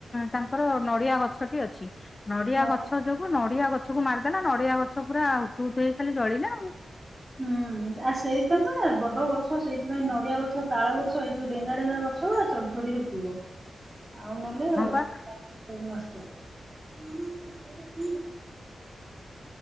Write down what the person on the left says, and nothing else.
ତାଙ୍କର ନଡ଼ିଆ ଗଛ ବି ଅଛି। ନଡିଆ
ଗଛ ଯୋଗୁ ନଡିଆ ଗଛ ଗଛକୁ ମାରିଦେଲା ନଡ଼ିଆ ଗଛ ପୁରା ହୁତୁ ହୁତୁ ହେଇ ଖାଲି ଜଳିଲା ଆଉ
ହଁ ପା